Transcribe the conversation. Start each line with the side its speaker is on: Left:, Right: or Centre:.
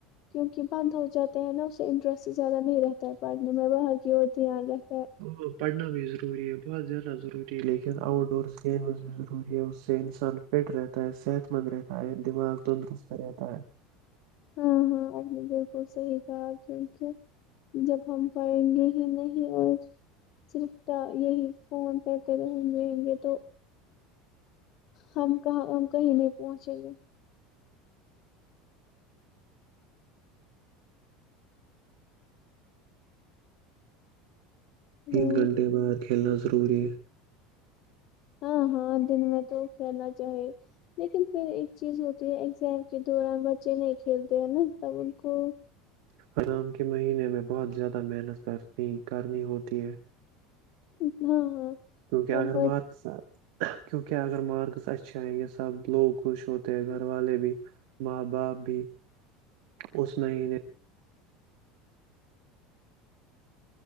Left: کیونکہ پندو جاتے ہیں نا اس سے انٹرسٹ زیادہ نہیں رہتا ہے پڑھنے میں باقی دھیان رتا
Right: ا پڑھنا بھی ضروری ہے بہت زیادہ ضروری ہے لیکن آؤٹ ڈورس گیمز بھی ضروری ہے اس سے انسان فٹ رہتا ہے صحت مند رہتا ہے سارے دماغ تندرست رہتا ہے <unintelligible>
Left: ہاں ہاں آپ نے بالکل صحیح کہا کیونک جب ہم پڑھیں گے ہی نہیں اور صرف یہی فون کر کے رہ رہیں گے تو ہم کہاں ہم کہیں نہیں پہنچیں گے ہلو
Right: تین گھنٹے بعد کھیلنا ضروری ہے
Left: ہاں ہاں دن میں تو کھیلنا چاہی لیکن پھر ایک چیز ہوتی ہے ایگزام کے دوران بچے نہیں کھیلتے ہیں نا تب ان کو
Right: آام کے مہینے میں بہت زیادہ محنت کرنی ہوتی ہے
Left: ہاں ہاں
Right: کیونکہ
Left: تب
Right: اگر مار کے ساب کیونکہ اگر مارکس اچھے آئیں گے سب لوگ خوش ہوتے ہیں گھر والے بھی ماں باپ بھی اس مہینے